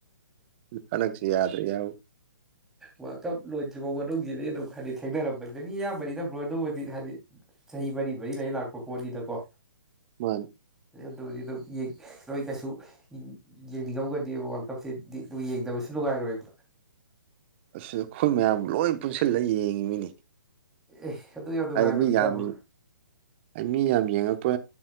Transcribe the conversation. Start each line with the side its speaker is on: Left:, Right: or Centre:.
Right: ꯍꯟꯗꯛꯁꯦ ꯌꯥꯗ꯭ꯔꯦ ꯌꯥꯍꯧ <inaudible>
Centre: ꯋꯥꯀꯞ ꯂꯣꯏꯗ꯭ꯔꯤꯕꯥꯎ ꯃꯅꯨꯡꯁꯤꯗꯤ ꯑꯗꯨꯝ ꯈꯔꯗꯤ ꯊꯦꯡꯅꯔꯝꯃꯅꯤ ꯃꯤ ꯑꯌꯥꯝꯕꯅꯤ ꯕ꯭ꯔꯣ ꯑꯗꯨꯃꯗꯤ ꯍꯥꯏꯗꯤ ꯆꯍꯤ ꯃꯔꯤ ꯃꯔꯤ ꯂꯩꯔ ꯂꯥꯛꯄ ꯄꯣꯠꯅꯤꯗꯀꯣ
Right: ꯃꯥꯅꯤ
Centre: ꯑꯗꯨꯕꯨꯗꯤ ꯑꯗꯨꯝ ꯌꯦꯡ ꯅꯣꯏ ꯀꯩꯁꯨ ꯌꯦꯡꯅꯤꯡꯉꯝꯒꯅꯦꯕ <unintelligible> ꯅꯨꯉꯥꯏꯔꯣꯏꯕ
Right: ꯑꯁꯤ ꯑꯩꯈꯣꯏ ꯃꯌꯥꯝ ꯂꯣꯏ ꯄꯨꯟꯁꯤꯜꯂꯒ ꯌꯦꯡꯉꯤꯃꯤꯅꯦ
Centre: ꯑꯦ ꯑꯗꯨ ꯌꯥꯝ ꯅꯨꯡꯉꯥꯏꯕꯅꯤꯗ
Right: ꯍꯥꯏꯗꯤ ꯃꯤꯌꯥꯝꯃꯤ
Centre: ꯕ꯭ꯔꯣ
Right: ꯑꯩ ꯃꯤꯌꯥꯝ ꯌꯦꯡꯉꯛꯄ